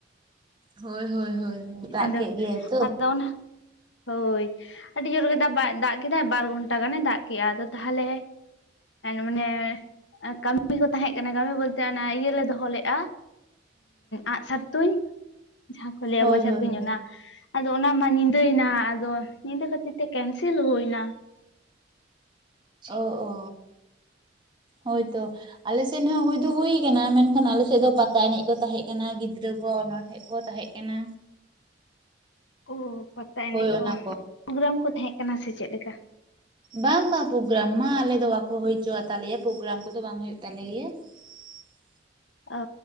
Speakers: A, on the right; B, on the left.
A: ᱦᱳᱭ ᱦᱳᱭ ᱦᱳᱭ
B: <unintelligible>
A: ᱫᱟᱜ
B: ᱟᱫᱚ
A: ᱠᱮᱫ ᱜᱮᱭᱟᱭ ᱛᱚ
B: ᱟᱫᱚ ᱚᱱᱟ᱾ ᱦᱳᱭ ᱟᱹᱰᱤ ᱡᱳᱨ ᱜᱮ ᱫᱟ ᱫᱟᱜ ᱠᱮᱫᱟᱭ ᱵᱟᱨ ᱜᱷᱚᱱᱴᱟ ᱜᱟᱱᱮ ᱫᱟᱜ ᱠᱮ-ᱟ ᱟᱫᱚ ᱛᱟᱦᱚᱞᱮ ᱢᱟᱱᱮ ᱠᱟᱹᱢᱤ ᱠᱚ ᱛᱟᱦᱮᱸ ᱠᱟᱱᱟ ᱠᱟᱹᱢᱤ ᱵᱚᱞᱛᱮ ᱚᱱᱟ ᱤᱭᱟᱹ ᱞᱮ ᱫᱚᱦᱚ ᱞᱮᱼᱟ᱾ ᱟᱸᱜᱥᱟᱨ ᱛᱩᱧ ᱡᱟᱦᱟᱸᱠᱩ ᱞᱟᱹᱭᱟ
A: ᱦᱳᱭ
B: ᱵᱚᱡᱷᱟ
A: ᱦᱳᱭ
B: ᱛᱩᱧ
A: ᱦᱳᱭ
B: ᱚᱱᱟ᱾ ᱟᱫᱚ ᱚᱱᱟ ᱢᱟ ᱧᱤᱫᱟᱹᱭᱱᱟ ᱟᱫᱚ ᱧᱤᱫᱟᱹ ᱠᱷᱟᱹᱛᱤᱨ ᱛᱮ ᱠᱮᱱᱥᱮᱞ ᱦᱩᱭ ᱮᱱᱟ᱾
A: ᱚ ᱚ ᱦᱳᱭᱛᱚ ᱟᱞᱮᱥᱮᱱ ᱦᱚᱸ ᱦᱩᱭ ᱦᱩᱭ ᱠᱟᱱᱟ ᱢᱮᱱᱠᱷᱟᱱ ᱟᱞᱮᱥᱮᱫ ᱫᱚ ᱯᱟᱛᱟ ᱮᱱᱮᱡ ᱠᱚ ᱛᱟᱦᱮᱸ ᱠᱟᱱᱟ ᱜᱤᱫᱽᱨᱟᱹ ᱠᱚ ᱚᱱᱚᱬᱦᱮ ᱠᱚ ᱛᱟᱦᱮᱸ ᱠᱟᱱᱟ᱾
B: ᱳ ᱯᱟᱛᱟ ᱮᱱᱮᱡ
A: ᱦᱳᱭ
B: ᱠᱚ
A: ᱚᱱᱟ
B: ᱯᱨᱳᱜᱨᱟᱢ ᱠᱚ ᱛᱟᱦᱮᱸ ᱠᱟᱱᱟ ᱥᱮ ᱪᱮᱫ ᱞᱮᱠᱟ᱾
A: ᱵᱟᱝ ᱵᱟᱝ ᱯᱨᱳᱜᱨᱟᱢ ᱢᱟ ᱟᱞᱮ ᱫᱚ ᱵᱟᱠᱚ ᱦᱩᱭᱪᱚᱛᱟᱞᱮᱭᱟ ᱯᱨᱳᱜᱨᱟᱢ ᱠᱚᱫᱚ ᱵᱟᱝ ᱦᱩᱭᱩᱜ ᱛᱟᱞᱮ ᱜᱮᱭᱟ᱾ <inaudible>
B: ᱚ